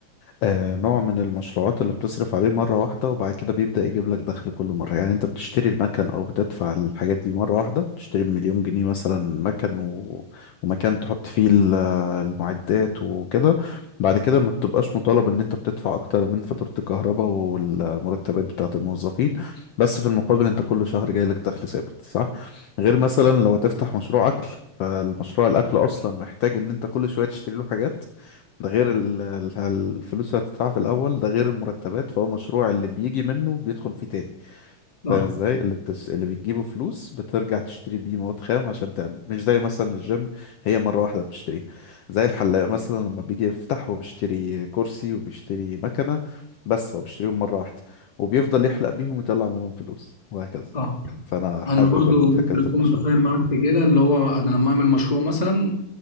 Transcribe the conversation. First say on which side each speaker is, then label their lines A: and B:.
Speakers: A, on the left (about 75°); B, on the left (about 15°).
A: آه، نوع من المشروعات اللي بتصرف عليه مرة واحدة وبعد كده بيبدأ يجيب لك دخل كل مرة يعني انت بتشتري المكن او بتدفع الحاجات دي مرة واحدة بتشتري بمليون جنيه مثلا مكن و... ومكان تحط فيه ال- المعدات وكده بعد كده ما بتبقاش مطالب ان انت بتدفع اكتر من فاتورة الكهرباء والمرتبات بتاعة الموظفين بس في المقابل انت كل شهر جاي لك دخل ثابت صح غير مثلا لو تفتح مشروع اكل فالمشروع الاكل اصلا محتاج ان انت كل شوية تشتري له حاجات ده غير ال- ال- الفلوس اللي هتدفعها في الاول ده غير المرتبات فهو مشروع اللي بيجي منه بيدخل فيه تاني
B: اه
A: فاهم ازاي اللي بتس... اللي بتجيبه فلوس بترجع تشتري بيه مواد خام عشان تعمل مش زي مثلا الجيم هي مره واحده بتشتريها زي الحلاق مثلا لما بيجي يفتح هو بيشتري كرسي وبيشتري مكنه بس هو بيشتريهم مره واحده وبيفضل يحلق بيهم ويطلع منهم فلوس وهكذا
B: اه
A: فانا حابب
B: انا برضو
A: الم-
B: ممكن
A: فكره
B: اكون
A: المشروع
B: متفاهم معاك في كده اللي هو انا لما اعمل مشروع مثلا